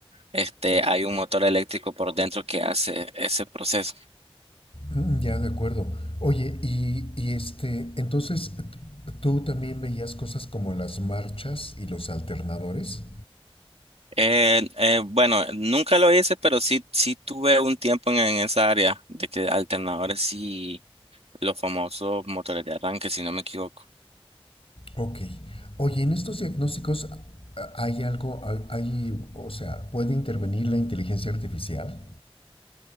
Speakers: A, on the right; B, on the left.
A: este, hay un motor eléctrico por dentro que hace ese proceso.
B: Mm, Ya, de acuerdo. Oye, y, y este, entonces, t- ¿tú también veías cosas como las marchas y los alternadores?
A: Eh, eh, bueno, nunca lo hice, pero sí, sí tuve un tiempo en, en esa área de que alternadores y los famosos motores de arranque, si no me equivoco.
B: Ok. Oye, en estos diagnósticos a- hay algo, hay, hay- o sea, ¿puede intervenir la inteligencia artificial?